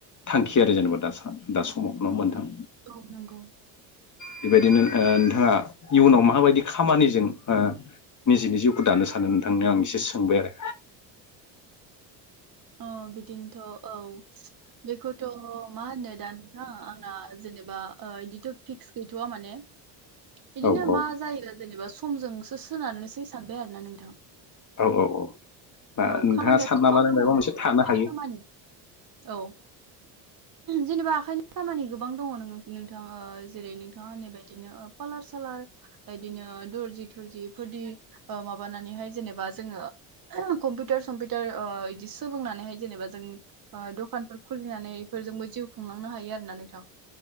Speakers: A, on the left (about 35°); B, on the right (about 45°).
A: थांखि थियारि जेनबा दा दा समाव नङा होनबा नोंथां
B: ओ नंगौ
A: बेबायदिनो ओ नोंथाङा इयुनाव माबायदि खामानिजों ओ निजेनि जिउखौ दानो सानो नोंथांनियाव आं एसे सोंबाय आरो
B: अ बिदिनोथ औ बेखौथ' मा होनो दा नोंथां आंना जेनेबा बिदिथ फिक्स गैथवा माने।
A: औ
B: बिदिनो
A: औ
B: मा जायो जेनेबा समजोंसो सोनारनोसै सानबाय आरो ना नोंथां
A: औ औ औ
B: औ
A: नोंथाङा
B: खामानियाथ
A: सानना
B: गोबां
A: लानाय
B: दङ
A: माबा मोनसे
B: औ
A: थानो
B: आखाइनि
A: हायो
B: खामानि औ जेनेबा आखाइनि खामानि गोबां दङ नोङो नोंथां ओ जेरै नोंथाङा नैबायदिनो खाालार सालार बिदिनो दर्जि थरजिफोरनि माबानानैहाय जेनेबा जोङो कम्पिउटार सम्पिउटार ओ बिदि सोलोंनानैहाय जेनेबा जों दखानफोर खुलिनानै बेफोरजोंबो जिउ खुंलांनो हायो आरो नानों थां